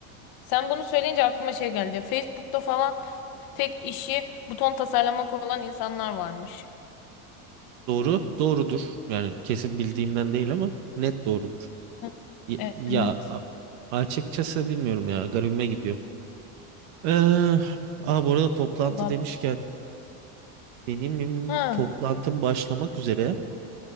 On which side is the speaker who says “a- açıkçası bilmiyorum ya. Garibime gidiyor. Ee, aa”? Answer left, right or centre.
Right